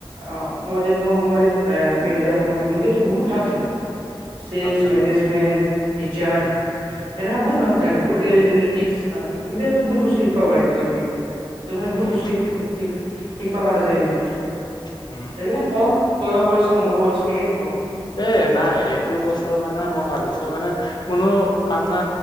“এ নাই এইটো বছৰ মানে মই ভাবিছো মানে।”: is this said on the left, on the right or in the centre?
Left